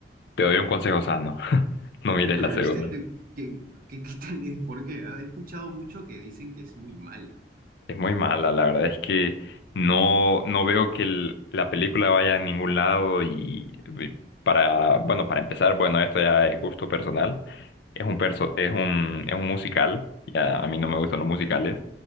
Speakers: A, on the left; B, on the right.
A: te doy un consejo sano. <laughs> No mires
B: ¿Ya
A: la
B: la
A: segunda.
B: viste? ¿Qué, qué, qué- qué tal es? ¿Por qué? ah? He escuchado mucho que dicen que es muy mala.
A: Es muy mala, la verdad es que no, no veo que el- la película vaya a ningún lado y eh, para, bueno, para empezar, bueno, esto ya es gusto personal. Es un perso- es un, es un musical, ya a mí no me gustan los musicales,